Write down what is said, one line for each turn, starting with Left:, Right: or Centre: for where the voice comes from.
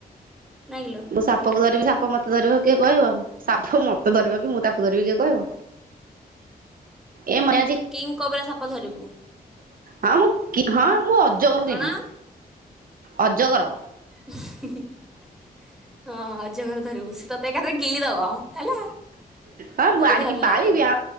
Centre: ନା କିଲୋ
Right: ମୁଁ ସାପକୁ
Centre: ହୁଁ।
Right: ଧରିବି ସାପ ମତେ ମତେ ଧରିବ କିଏ କହିବ ସାପ ମତେ ଧରିବ କି ମୁଁ ତାକୁ ଧରିବି କିଏ କହିବ? ଏ ମତେ ଆଜି।
Centre: କିଙ୍ଗ୍ କୋବ୍ରା ସାପ ଧରିବୁ।
Right: ହଁ ମୁଁ ହଁ ମୁଁ ଅଜଗର
Centre: କଣ
Right: ଦେବି। ଅଜଗର।
Centre: <inaudible> ହଁ ଅଜଗର ଧରିବୁ ସେ ତତେ ଏକାଥରେ ଗିଳିଦବ ହେଲା।
Right: ହଁ
Centre: ତାକୁ
Right: ମୁଁ ଆଣିକି
Centre: ଧରିଲା
Right: ପାଳିବିି
Centre: ବେଳୁ
Right: ଆ